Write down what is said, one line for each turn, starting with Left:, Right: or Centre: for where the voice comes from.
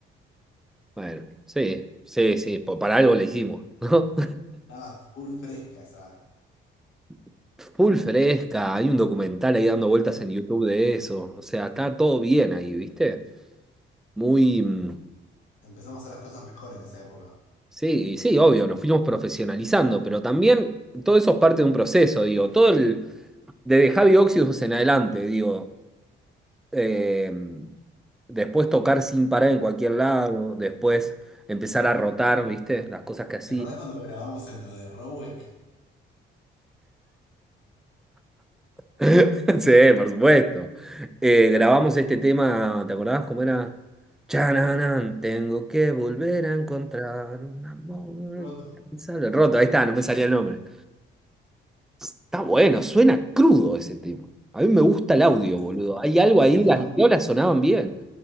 Centre: Bueno, sí, sí, sí. po- Para algo le hicimos, ¿no?
Left: Estaba full fresca esa.
Centre: <laughs> Full fresca. Hay un documental ahí dando vueltas en YouTube de eso. O sea, está todo bien ahí, ¿viste? Muy. mm,
Left: Empezamos a hacer las cosas mejores en esa época.
Centre: Sí, sí, obvio, nos fuimos profesionalizando, pero también todo eso es parte de un proceso, digo, todo el, desde Javi Oxidus en adelante, digo, eh, después tocar sin parar en cualquier lado, después empezar a rotar, ¿viste? Las cosas que hacía.
Left: ¿Te acordás cuando grabamos en lo de Rowek?
Centre: <laughs> Sí, por supuesto. Eh, grabamos este tema, ¿te acordabas cómo era? Chananan, tengo que volver a encontrar un amor.
Left: Roto.
Centre: Rota, ahí está, no me salía el nombre. Está bueno, suena crudo ese tema. A mí me gusta el audio,
Left: Sí.
Centre: boludo. Hay algo
Left: Y
Centre: ahí,
Left: había,
Centre: las
Left: o-
Centre: violas sonaban bien.